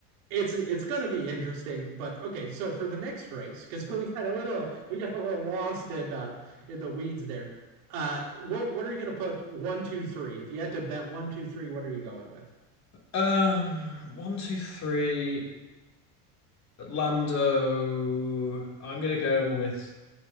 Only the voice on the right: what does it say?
it's it's gonna be interesting, but okay. So for the next race, because <laughs> we got a little we got a little lost in uh, in the weeds there. Uh, what what are you gonna put one, two, three? If you had to bet one, two, three, what are you going with?